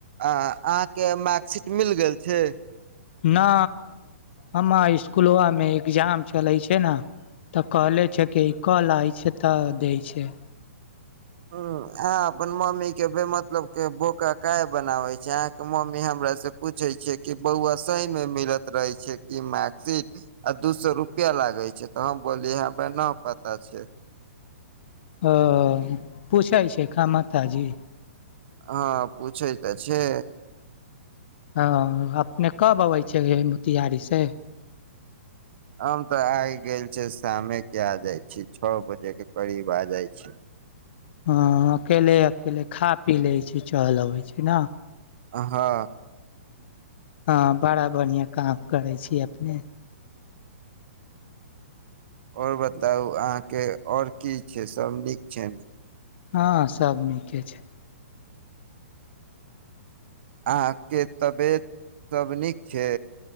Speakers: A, on the right; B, on the left.
A: अ अहाँके मै। मिल गेल छै।
B: न हम इसकूलमे एग्जाम चलै छै ने। तऽ कहले छै कि कलइ। छतऽ दै छै।
A: ह अहाँ अपन मम्मीे मतलब के बखा काय बनाबै छै अहाँके मम्मी हमर से पूछै छियै कि बौआ सहीमे मिलत रहै छै कि मार्कशीट आ दू सए रुपआ लागै छै तऽ हम बोलिय हमरा न पता छै।
B: ह पूछाय छै खा माता जी।
A: हँ पूछै तऽ छै।
B: हँ अपने कब अबै छ मोतियारीसँ।
A: हम तऽ आबि गेल छी शामेके आ जाइत छी छओ बजेके करीब आ जाइत छी।
B: हँ अकेले अकेले। खा पी ले छै चहलब। होइ छै ने।
A: हँ।
B: हँ बड़ा बढ़िआँ काम करै छी अपने।
A: आओर बताउ अहाँके आओर की छै सब नीक छै।
B: हँ सभ नीके छै।
A: अहाँके तबियत सब नीक छै।